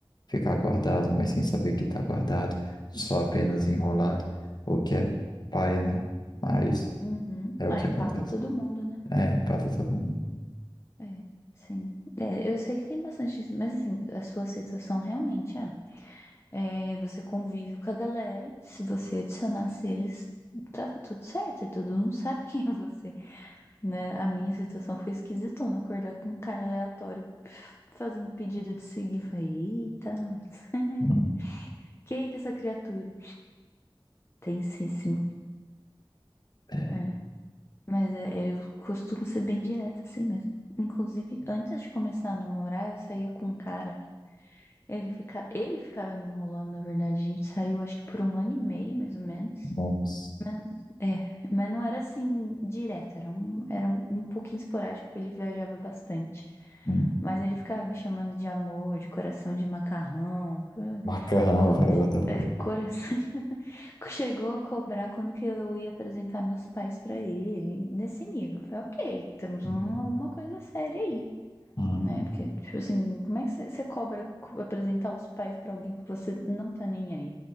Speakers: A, on the left; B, on the left.
A: ficar guardado, mas sem saber que tá guardado, só apenas enrolado, o que é paia, né? Mas
B: Uhum.
A: é o
B: Ah,
A: que
B: empata
A: acontece.
B: todo mundo, né?
A: É, empata todo mundo.
B: É, é, sim. É, eu sei que tem bastante isso, mas assim, a sua situação realmente é, é, você convive com a galera, se você adicionasse eles, tava tudo certo, e todo mundo sabe <laughs> quem é você, né? A minha situação foi esquisitona, acordar com um cara aleatório fazendo pedido de seguir, falei, eita, nós. <laughs>
A: Hum,
B: Que que é essa criatura? Tensíssimo.
A: é,
B: É. Mas é, é, eu costumo ser bem direta assim mesmo. Inclusive, antes de começar a namorar, eu saía com um cara. Ele, fica, ele ficava me enrolando, na verdade. A gente saiu, acho que por um ano e meio, mais ou menos.
A: nossa.
B: Mas, é, mas não era assim direto, era um, era um pouquinho esporádico. Ele viajava bastante.
A: Hum,
B: Mas ele ficava me chamando de amor, de coração de macarrão,
A: macarrão,
B: co-
A: velho, what the fuck.
B: é, coração chegou a cobrar quando que eu ia apresentar meus pais pra ele, nesse nível. Eu falei, ok, temos
A: Uhum,
B: um- alguma coisa séria aí,
A: uhum,
B: né? Porque, tipo assim, como é que você você cobra co- apresentar os pais pra alguém que você não tá nem aí?